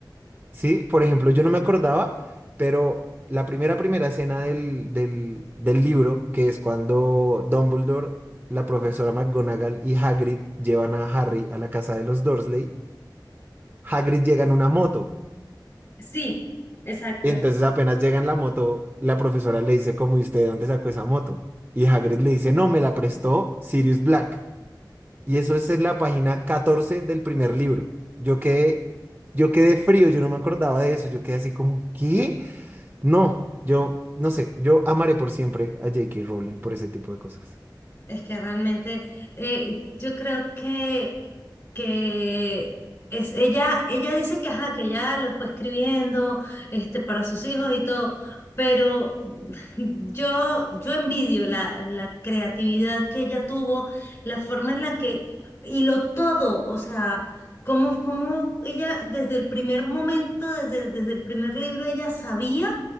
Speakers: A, on the right; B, on the left.
A: Sí, por ejemplo, yo no me acordaba, pero la primera, primera escena del, del, del libro, que es cuando Dumbledore, la profesora McGonagall y Hagrid llevan a Harry a la casa de los Dursley, Hagrid llega en una moto.
B: sí, exacto.
A: Entonces apenas llega en la moto, la profesora le dice, como, ¿y usted de dónde sacó esa moto? Y Hagrid le dice, no, me la prestó Sirius Black. Y eso es en la página 14 del primer libro. Yo quedé, yo quedé frío, yo no me acordaba de eso, yo quedé así como, ¿qué? No, yo, no sé, yo amaré por siempre a J.K. Rowling por ese tipo de cosas.
B: Es que realmente eh, yo creo que que es ella, ella dice que ajá, que ya lo fue escribiendo este, para sus hijos y todo, pero <laughs> yo, yo envidio la, la creatividad que ella tuvo, la forma en la que hiló todo, o sea, cómo, cómo ella desde el primer momento, desde, desde el primer libro, ella sabía